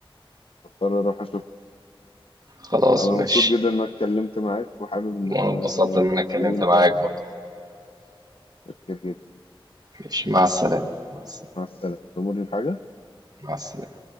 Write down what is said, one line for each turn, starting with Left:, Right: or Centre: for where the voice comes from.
Left: هاضطر أروح أشوفها.
Right: خلاص
Left: انا
Right: ماشي
Left: مبسوط جدا انك اتكلمت معاك وحابب ان
Right: وانا
Left: احنا
Right: اتبسطت
Left: نبقى
Right: ان انا اتكلمت
Left: نتكلم
Right: معاك
Left: تاني
Right: برضه
Left: متشكر جدا
Right: ماشي مع السلامة مع السلامة
Left: مع السلامة تأمرني بحاجة
Right: مع السلامة